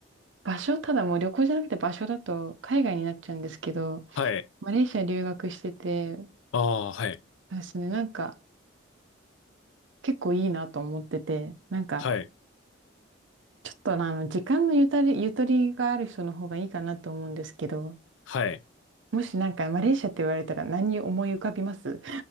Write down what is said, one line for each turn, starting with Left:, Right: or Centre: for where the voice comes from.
Right: 場所、ただもう旅行じゃなくて場所だと海外になっちゃうんですけど、
Left: はい。
Right: マレーシア留学してて、
Left: ああ、はい。
Right: 私ね、なんか結構いいなと思ってて、なんか、
Left: はい。
Right: ちょっとあの、時間のゆとり、ゆとりがある人の方がいいかなと思うんですけど、
Left: はい。
Right: もしなんかマレーシアって言われたら何思い浮かびます